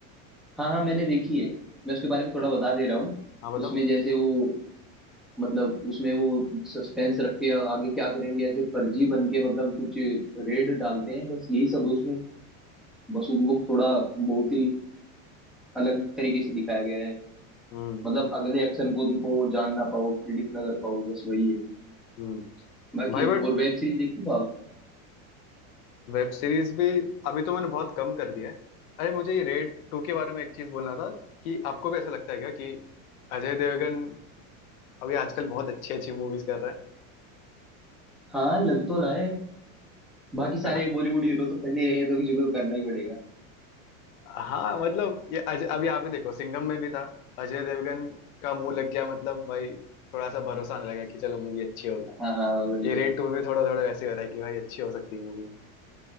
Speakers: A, in the centre; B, on the left.
A: हाँ हाँ मैंने देखी है मैं उसके बारे में थोड़ा बता दे रहा हूँ
B: हाँ बताओ
A: उसमें जैसे वो मतलब उसमें वो सस्पेंस रख के आगे क्या करेंगे ऐसे फर्जी बन के मतलब कुछ रेड डालते हैं बस यही सब है उसमें बस उनको थोड़ा बहुत ही अलग तरीके से दिखाया गया है
B: हम्म
A: मतलब अगले एक्शन को उनको जान ना पाओ प्रिडिक्ट ना कर पाओ बस वही है
B: हम्म
A: बाकी
B: भाई बट
A: और वेब सीरीज देखती हो आप
B: वेब सीरीज भी अभी तो मैंने बहुत कम कर दिया है अरे मुझे ये रेड टू के बारे में एक चीज बोलना था कि आपको भी ऐसा लगता है क्या कि अजय देवगन अभी आजकल बहुत अच्छी अच्छी मूवीज कर रहा है
A: हाँ लग तो रहा है बाकी सारे
B: है ना
A: बॉलीवुड हीरो तो कर नहीं रहे हैं तो किसी को तो करना ही पड़ेगा
B: हाँ मतलब ये अजय अभी आप ही देखो सिंघम में भी था अजय देवगन का मुंह लग गया मतलब भाई थोड़ा सा भरोसा आने लगा कि चलो मूवी अच्छी होगी
A: हाँ हाँ वही
B: ये
A: वही
B: रेड टू भी थोड़ा थोड़ा वैसे हो रहा है कि भाई अच्छी हो सकती है मूवी